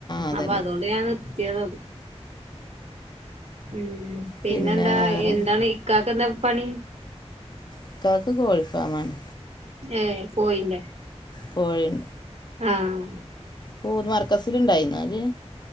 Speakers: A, on the left (about 40°); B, on the right (about 70°).
A: അതന്നെ
B: അപ്പൊ അതുകൊണ്ട് ഞാൻ നിർത്തിയത ഉം പിന്നെന്താ
A: പിന്നെ വേറെ
B: എന്താണ് ഇക്കാക്ക എന്താ പണി
A: ഇക്കാക്ക് കോഴിഫാമാണ്
B: ഏഹ പോയില്ല
A: കോഴുണ്ട്
B: ആഹ
A: പോഓ മർക്കസില ഉണ്ടായിരുന്നു അല്